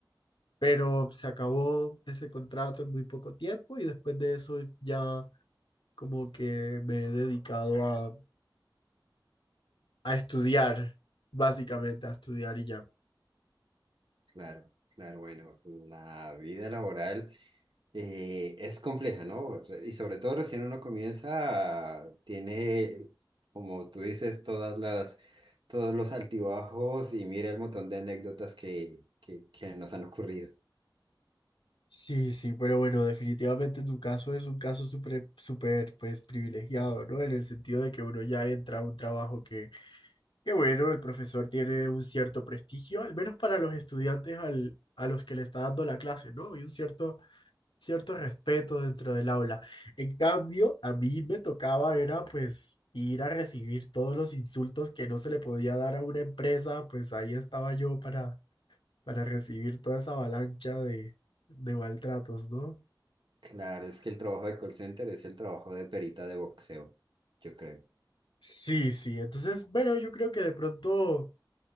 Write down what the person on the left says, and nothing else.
pero se acabó ese contrato en muy poco tiempo y después de eso ya como que me he dedicado a, a estudiar, básicamente a estudiar y ya.
Sí, sí, pero bueno, definitivamente tu caso es un caso súper, súper, pues privilegiado, ¿no? En el sentido de que uno ya entra a un trabajo que Qué bueno, el profesor tiene un cierto prestigio, al menos para los estudiantes al- a los que le está dando la clase, ¿no? Y un cierto, cierto respeto dentro del aula. En cambio, a mí me tocaba era pues ir a recibir todos los insultos que no se le podía dar a una empresa, pues ahí estaba yo para, para recibir toda esa avalancha de, de maltratos, ¿no?
Sí, sí, entonces, bueno, yo creo que de pronto...